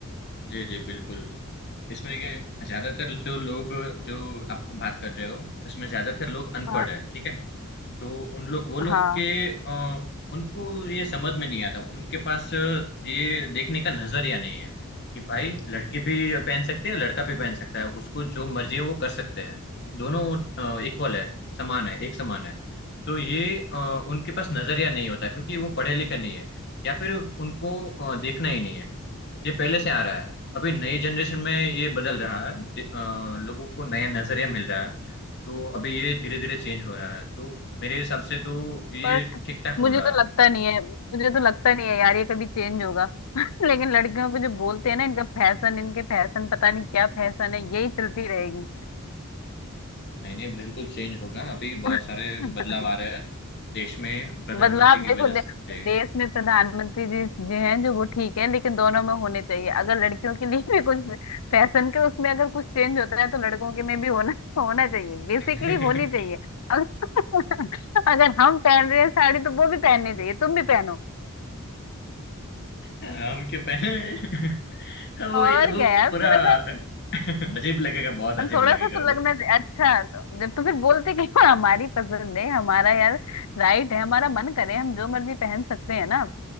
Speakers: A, on the left; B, on the left.
A: जी जी बिल्कुल इसमें के ज्यादातर जो लोग जो आप बात कर रहे हो उसमें ज्यादातर लोग अनपढ़
B: हाँ
A: है ठीक है तो उन लोग वो लोग
B: हाँ
A: के अ, उनको ये समझ में नहीं आता उनके पास ये देखने का नजरिया नहीं है कि भाई लड़की भी पहन सकती है लड़का भी पहन सकता है उसको जो मर्जी है वो कर सकते हैं दोनों इक्वल है समान है एक समान है तो ये अ, उनके पास नजरिया नहीं होता क्योंकि वो पढ़े लिखे नहीं है या फिर उनको अ, देखना ही नहीं है ये पहले से आ रहा है अभी नई जनरेशन में ये बदल रहा है दि- अ, लोगों को नया नजरिया मिल रहा है तो अभी ये धीरे धीरे चेंज हो रहा है तो मेरे हिसाब से तो ये
B: बट
A: ठीक ठाक
B: मुझे
A: हो रहा
B: तो
A: है
B: लगता नहीं है मुझे तो लगता नहीं है यार ये कभी चेंज होगा <laughs> लेकिन लड़कियों पे जो बोलते हैं ना इनका फैशन इनके फैशन पता नहीं क्या फैशन है यही चलती रहेगी
A: नहीं नहीं बिल्कुल चेंज होगा अभी बहुत
B: <laughs>
A: सारे बदलाव आ रहे हैं देश में प्रधानमंत्री
B: बदलाव
A: की
B: देखो
A: वजह से
B: दे,
A: जे
B: देश में प्रधानमंत्री जी जो हैं जो वो ठीक है लेकिन दोनों में होने चाहिए अगर लड़कियों के लिए भी कुछ फैशन के उसमें अगर कुछ चेंज होता है तो लड़कों के में भी होना होना चाहिए बेसिकली
A: <laughs>
B: होनी चाहिए अगर <laughs> अगर हम पहन रहे हैं साड़ी तो वो भी पहननी चाहिए तुम भी पहनो
A: हम क्यों पहने <laughs> वो
B: और
A: वो
B: क्या यार
A: पूरा
B: थोड़ा सा
A: <laughs> अजीब लगेगा बहुत अजीब
B: थोड़ा
A: लगेगा
B: सा तो
A: वो
B: लगना चाहिए। अच्छा तो तो फिर बोलते कि <laughs> हाँ, हमारी पसंद है हमारा यार राइट है हमारा मन करे हम जो मर्जी पहन सकते हैं ना